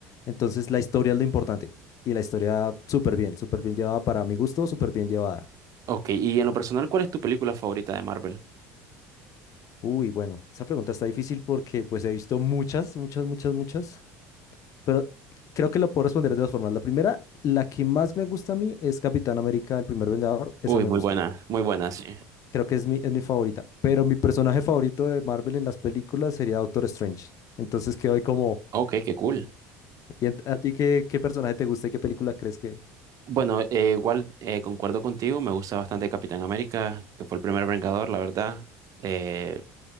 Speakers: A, on the left (about 50°); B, on the right (about 50°).
A: entonces la historia es lo importante. Y la historia súper bien, súper bien llevada para mi gusto, súper bien llevada.
B: Ok, y en lo personal, ¿cuál es tu película favorita de Marvel?
A: Uy, bueno, esa pregunta está difícil porque pues he visto muchas, muchas, muchas, muchas. Pero creo que lo puedo responder de dos formas. La primera, la que más me gusta a mí es Capitán América, el primer Vengador. Esa
B: Uy,
A: me
B: muy
A: gusta.
B: buena, muy buena, sí.
A: Creo que es mi, es mi favorita. Pero mi personaje favorito de Marvel en las películas sería Doctor Strange. Entonces quedo ahí como...
B: Ok, qué cool.
A: ¿Y en- a ti qué, qué personaje te gusta y qué película crees que...
B: Bueno, eh, igual eh, concuerdo contigo, me gusta bastante Capitán América, que fue el primer Vengador, la verdad. Eh,